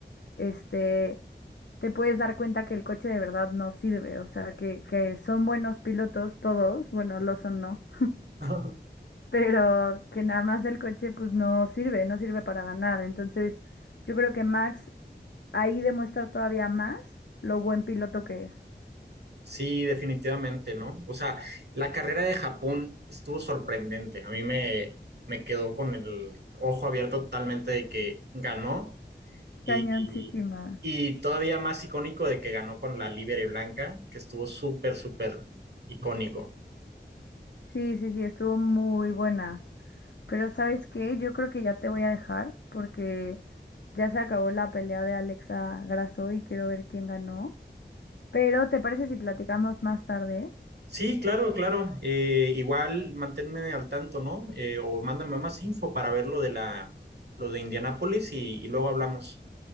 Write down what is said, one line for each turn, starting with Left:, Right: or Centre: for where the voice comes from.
Left: este, te puedes dar cuenta que el coche de verdad no sirve. O sea, que, que son buenos pilotos todos, bueno, Lawson no
Right: <laughs>
Left: pero que nada más el coche pues no sirve, no sirve para ganar. Entonces, yo creo que Max ahí demuestra todavía más lo buen piloto que es.
Right: Sí, definitivamente, ¿no? O sea, la carrera de Japón estuvo sorprendente. A mí me, me quedó con el ojo abierto totalmente de que ganó y,
Left: Cañoncísima.
Right: y, y todavía más icónico de que ganó con la Libere Blanca, que estuvo súper, súper icónico.
Left: Sí, sí, sí, estuvo muy buena. Pero ¿sabes qué? Yo creo que ya te voy a dejar porque ya se acabó la pelea de Alexa Grasso y quiero ver quién ganó. Pero ¿te parece si platicamos más tarde?
Right: Sí, claro, claro. Eh, igual manténme al tanto, ¿no? Eh, o mándame más info para ver lo de la, lo de Indianápolis y, y luego hablamos.